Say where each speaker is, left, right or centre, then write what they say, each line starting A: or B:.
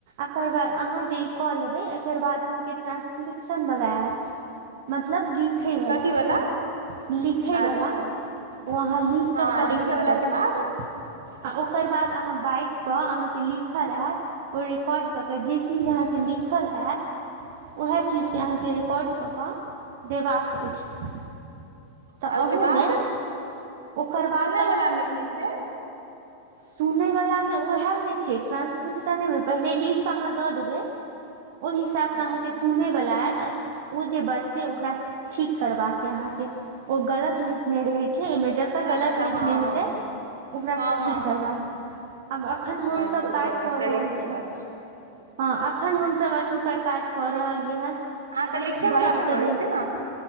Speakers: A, on the right; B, on the right.
A: एकर बाद अहाँ जे ई कऽ लेबै एकर बाद अहाँके ट्रा्सक्रिप्शन बला आयत मतलब लिखैवला
B: कथी वला
A: लिखैवला
B: अच्छा
A: ओ अहाँ लिख
B: हँ
A: कऽ सबमिट
B: लिखे वला
A: कर
B: के
A: देै
B: बाद
A: आ ओकर बाद अहाँ बाज कऽ अहाँके लिखल आयत ओ रिकॉर्ड कऽ कऽ जे चीज अहाँकेँ लिखल आयत उएह चीजके
B: हूँ
A: अहाँके रिकॉर्ड कऽ कऽ देबाक अछि तऽ
B: आ ओहिके
A: अहूमे
B: बाद
A: ओकर बाद
B: सुने वला मे की छै
A: सुनै वलामे ओएहमे छै ट्रान्सक्रिप्शनेमे पहिले लिख कऽ अहाँ दऽ देबै ओहि हिसाबसँ
B: अच्छा
A: अहाँके सुनैवला आयत आ ओ जे बजतै ओकरा ठीक करबाक अइ अहाँके ओ गलत लिखने रहै छै ओहिमे जब ओतऽ गलत
B: अच्छा
A: नीक
B: हँ
A: नहि हेतै ओकरा
B: हँ
A: ठीक
B: हँ
A: करबाक
B: हँ
A: आब अखन हमसभ
B: बस ओतऽ
A: काज
B: पर
A: कऽ
B: सही
A: रहल
B: करबाक
A: छी
B: छै
A: हँ एखन हमसभ अथी पर काज कऽ रहलियै ह
B: अहाँ तऽ लिखे
A: बाज
B: वला मे
A: कऽ
B: करै
A: देब
B: छियै ने